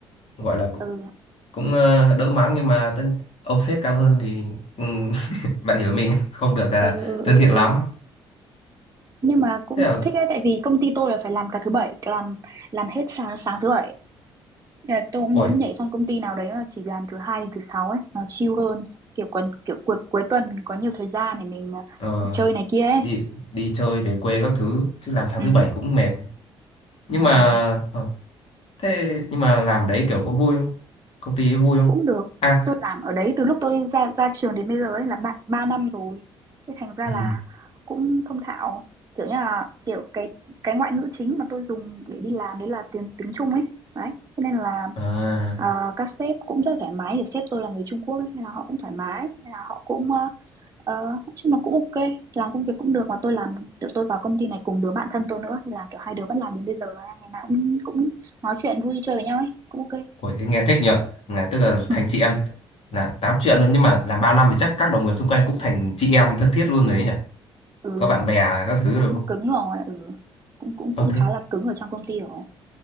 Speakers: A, on the left; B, on the right.
A: gọi là cũng,
B: ừ
A: cũng ờ, đỡ mắng nhưng mà tân, ông sếp cao hơn thì ừm, <laughs> bạn hiểu mình không được ờ,
B: ừ ừ
A: thân
B: ừ.
A: thiện lắm
B: ừ. Nhưng mà cũng
A: thế là
B: thích đấy tại vì công ty tôi là phải làm cả thứ bảy, làm làm hết sáng sáng thứ bảy Dạ, tôi cũng
A: ôi
B: muốn nhảy sang công ty nào đấy mà chỉ làm thứ hai đến thứ sáu ấy nó chill hơn kiểu quần kiểu cuối cuối tuần mình có nhiều thời gian để mình à,
A: ờ,
B: chơi này kia ấy
A: đi đi chơi về quê các thứ chứ làm sáng
B: ừ,
A: thứ bảy cũng mệt nhưng
B: đúng
A: mà
B: rồi
A: ờ, thế nhưng mà làm đấy kiểu có vui không công ty ấy vui không
B: cũng được
A: à
B: tôi làm ở đấy từ lúc tôi ra ra trường đến bây giờ ấy là ba, ba năm rồi thế thành ra
A: ừ.
B: là cũng thông thạo kiểu như là kiểu cái cái ngoại ngữ chính mà tôi dùng để đi làm đấy là tiếng tiếng Trung ấy đấy thế nên là
A: à
B: à, các sếp cũng rất thoải mái để sếp tôi là người Trung Quốc ấy nên là họ cũng thoải mái nên là họ cũng ờ, Ờ, nói chung là cũng ok, làm công việc cũng được mà tôi làm tụi tôi vào công ty này cùng đứa bạn thân tôi nữa thì là kiểu hai đứa vẫn làm đến bây giờ ngày nào cũng cũng nói chuyện vui chơi với nhau ấy, cũng ok.
A: Ôi, thế nghe thích nhở là tức là
B: Ừ,
A: thành chị em là tám chuyện luôn nhưng mà làm bao năm thì chắc các đồng nghiệp xung quanh cũng thành chị em thân thiết luôn đấy nhỉ
B: ừ
A: có bạn bè các thứ
B: cũng
A: rồi không
B: cứng rồi, ừ. Cũng cũng
A: ờ
B: cũng
A: thế
B: khá là cứng ở trong công ty rồi.